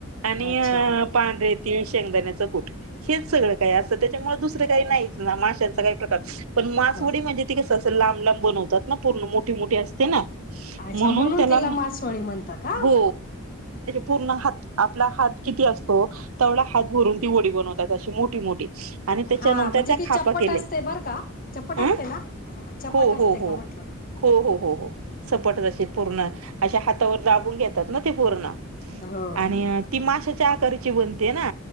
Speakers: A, on the right; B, on the left.
A: आणि
B: अच्छा हो
A: पांढरे तीळ शेंगदाण्याचं कुठ हेच सगळं काही असतं त्याच्यामुळे दुसरं काही नाहीच ना माशाचा काही प्रकार पण मासवडी
B: हो
A: म्हणजे ती कसं असत लांब लांब बनवतात ना पूर्ण मोठी मोठी असते ना
B: अच्छा
A: म्हणून त्याला
B: तिला मासवळी म्हणता का
A: हो पण हात आपला हात किती असतो तेवढा हात भरून ती वडी बनवतो अशी मोठी मोठी आणि त्याच्यानंतर
B: हा म्हणजे
A: त्या
B: ती
A: खापा
B: चप्पट
A: केले
B: असते बरं का चपट असते
A: अं
B: ना चपट
A: हो
B: असते
A: हो हो
B: का म्हंटलं
A: हो हो हो हो सपटशी पूर्ण अशा हातावर दाबून घेत पूर्ण
B: हो
A: आणि ती माशच्या आकारची बनते ना